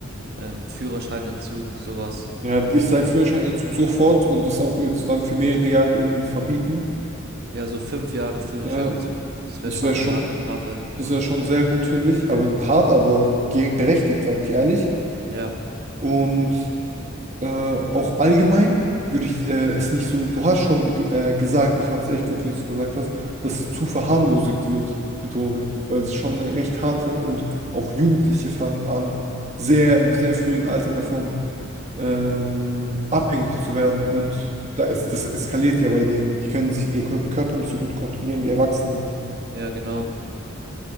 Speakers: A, on the right; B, on the right.
A: ähm, Führerscheinentzug, sowas.
B: Ja, ich sage Führerscheinentzug sofort und das auch jetzt dann für mehrere Jahre irgendwie verbieten.
A: Ja, so fünf Jahre Führerscheinentzug.
B: Äh,
A: Das wäre
B: das
A: schon
B: wäre schon,
A: eine harte Strafe.
B: das wäre schon sehr gut, finde ich. Aber hart, aber ge- berechtigt, sage ich ehrlich.
A: Ja,
B: Und Äh, auch allgemein würde ich äh, es nicht so, du hast schon ge- äh, gesagt, ich fand es echt gut, wie du es gesagt hast, dass es zu verharmlosigt wird, die Droge, weil es ist schon eine recht harte und auch Jugendliche fangen an, sehr im sehr frühen Alter davon ähm, abhängig zu werden und da ist, das eskaliert ja bei denen. Die können sich ihr Kör- Körper nicht so gut kontrollieren wie Erwachsene.
A: ja, genau.